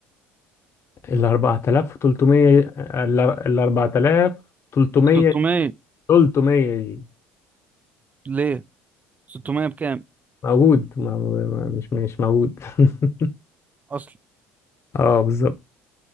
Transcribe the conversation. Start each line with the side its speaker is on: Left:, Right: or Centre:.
Left: ال 4300 ال 4300
Right: 600
Left: 300 دي
Right: ليه 600 بكام
Left: موجود ما- ما- مش مش موجود <laughs>
Right: اصلا
Left: اه بالظبط